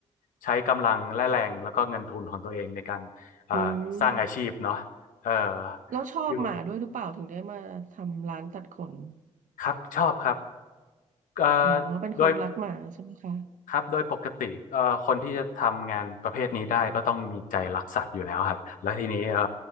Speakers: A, on the left; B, on the right.
A: ใช้กำลังและแรงแล้วก็เงินทุนของตัวเองในการเอ่อสร้างอาชีพเนาะเออ
B: อืมแล้วชอบหมาด้วยหรือเปล่าถึงได้มาทำร้านตัดขน
A: อยู่ครับชอบครับเอ่อโดย
B: อ๋อเป็นคนรักหมาใช่ไหมคะ
A: ครับโดยปกติเอ่อคนที่จะทำงานประเภทนี้ได้ก็ต้องมีใจรักสัตว์อยู่แล้วครับแล้วทีนี้เอ่อ